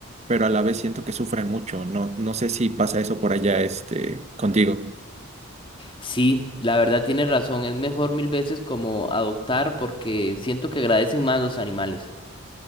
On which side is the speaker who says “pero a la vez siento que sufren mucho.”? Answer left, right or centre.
Right